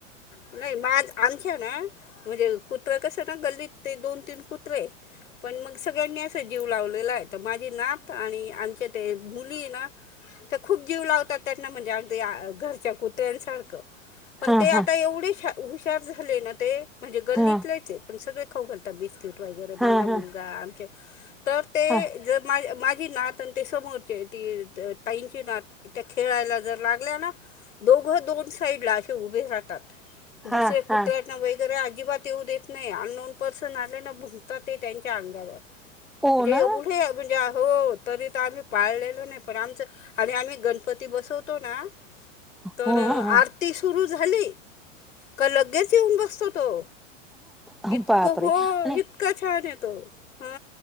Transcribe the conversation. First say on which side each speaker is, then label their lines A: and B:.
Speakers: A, on the left; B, in the centre.
A: नाही माझ आमच्या ना म्हणजे कु हीत्रा कस ना गल्लीत ते दोन तीन कुत्रे पण मग सगळ्यांनी अस जीव लावलेला आहे तर माझी नात आणि आमच्या ते मुली ना तर खूप जीव लावतात त्यांना म्हणजे अगदी घरच्या कुत्र्यांसारखं पण
B: हा
A: ते आता
B: हा
A: एवढे श हुशार झाले ना ते म्हणजे गल्लीतले
B: हा
A: आहे ते पण सगळे खाऊ घालतात बीस.. <unintelligible>
B: हा
A: माझा
B: हा
A: मुलगा आमच्या तर ते
B: हा
A: जर माझ माझी नात आणि ते समोरचे ती ताईंची नात त्या खेळायला जर लागल्या ना दोघं दोन साईड ला असे उभे राहतात.
B: हा
A: दुसरे कुत्र्यात
B: हा
A: ना वगैरे अजिबात येऊ देत नाही अनोन पर्सन आले ना भुंकतात ते त्यांच्या अंगावर न्जे
B: हो ना
A: म्हणजे हो तरी तर आम्ही पाळलेलो नाही पण आमचं आणि आम्ही गणपती बसवतो ना तर
B: ह ह
A: आरती सुरू झा ली, क लगेच येऊन बसतो तो.
B: ह
A: इतकं
B: बापरे
A: हो
B: आणि
A: इतका छान आहे तो हा